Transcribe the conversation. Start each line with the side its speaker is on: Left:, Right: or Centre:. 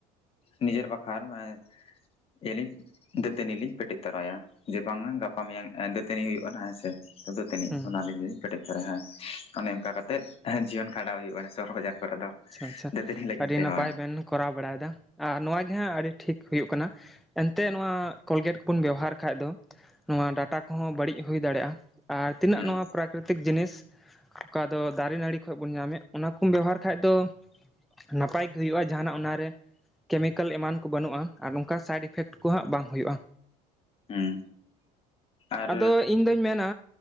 Left: ᱱᱤᱡᱮᱨ ᱵᱟᱠᱷᱟᱨ ᱮᱸ <unintelligible> ᱫᱟᱹᱛᱟᱹᱱᱤ ᱞᱤᱧ ᱯᱮᱴᱮᱡ ᱛᱚᱨᱟᱭᱟ ᱡᱮ ᱵᱟᱝᱟ ᱜᱟᱯᱟ ᱢᱮᱭᱟᱝ ᱫᱟᱹᱛᱟᱹᱱᱤ ᱦᱩᱭᱩᱜ-ᱟ ᱦᱟᱸᱜ ᱦᱮᱸᱥᱮᱼᱼ ᱫᱤᱛᱟᱹᱱᱤᱡ
Centre: ᱦᱩᱸ
Left: ᱚᱱᱟᱞᱤᱧ ᱯᱮᱴᱮᱡ ᱛᱚᱨᱟᱭᱟ ᱦᱮᱸ ᱚᱱᱮ ᱚᱱᱠᱟ ᱠᱟᱛᱮᱫ ᱡᱤᱭᱚᱱ ᱠᱷᱟᱸᱰᱟᱣ ᱦᱩᱭᱩᱜ-ᱟ ᱥᱚᱦᱚᱨ ᱵᱟᱡᱟᱨ ᱠᱚᱨᱮ ᱫᱚ᱾
Centre: ᱟᱪᱪᱷᱟ ᱟᱪᱪᱷᱟ
Left: ᱫᱟᱹᱛᱟᱹᱱᱤ ᱞᱟᱹᱜᱤᱫ
Centre: ᱟᱹᱰᱤ
Left: ᱛᱮ
Centre: ᱱᱟᱯᱟᱭ
Left: ᱦᱳᱭ
Centre: ᱵᱮᱱ ᱠᱚᱨᱟᱣ ᱵᱟᱲᱟᱭᱮᱫᱟ ᱟᱨ ᱱᱚᱣᱟ ᱜᱮ ᱦᱟᱸᱜ ᱟᱹᱰᱤ ᱴᱷᱤᱠᱼᱼ ᱦᱩᱭᱩᱜ ᱠᱟᱱᱟ ᱮᱱᱛᱮᱜ ᱱᱚᱣᱟ ᱠᱚᱞᱜᱮᱴ ᱠᱚᱵᱚᱱ ᱵᱮᱣᱦᱟᱨ ᱠᱷᱟᱡ ᱫᱚ᱾ ᱱᱚᱣᱟ ᱰᱟᱴᱟ ᱠᱚᱦᱚᱸ ᱵᱟᱹᱲᱤᱡ ᱦᱩᱭ ᱫᱟᱲᱮᱭᱟᱜ-ᱟ᱾ ᱟᱨ ᱛᱤᱱᱟᱹᱜ
Left: ᱦᱩᱸ
Centre: ᱱᱚᱣᱟ ᱯᱨᱟᱠᱨᱤᱛᱤᱠ ᱡᱤᱱᱤᱥ ᱚᱠᱟ ᱫᱚ ᱫᱟᱨᱮ ᱱᱟᱹᱲᱤ ᱠᱷᱚᱡ ᱵᱚᱱ ᱧᱟᱢᱮᱫ ᱚᱱᱟᱠᱩᱢ ᱵᱮᱣᱦᱟᱨᱼᱼ ᱠᱷᱟᱡ ᱫᱚ ᱱᱟᱯᱟᱭ ᱜᱮ ᱦᱩᱭᱩᱜ-ᱟ ᱡᱟᱦᱟᱸᱱᱟᱜ ᱚᱱᱟᱨᱮᱼᱼ ᱠᱮᱢᱤᱠᱮᱞ ᱮᱢᱟᱱ ᱠᱚ ᱵᱟᱹᱱᱩᱜ-ᱟ ᱟᱨ ᱚᱱᱠᱟ ᱥᱟᱭᱤᱰ ᱤᱯᱷᱮᱠᱴ ᱠᱚ ᱦᱟᱸᱜ ᱵᱟᱝ ᱦᱩᱭᱩᱜ-ᱟ᱾
Left: ᱦᱩᱸ ᱟᱨ
Centre: ᱟᱫᱚ ᱤᱧ-ᱫᱩᱧ ᱢᱮᱱᱟᱼᱼ